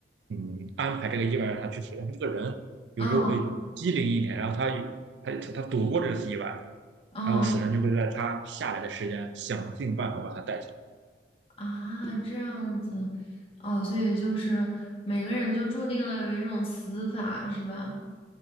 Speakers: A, on the right; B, on the left.
A: 嗯安排这个意外让他去死。但是这个人有时候会机灵一点，
B: 嗯
A: 然后他有他他躲过这次意外，
B: 嗯
A: 然后死神就会在他下来的时间想尽办法把他带走。
B: 啊，这样子，哦，所以就是每个人就注定了有一种死法，是吧？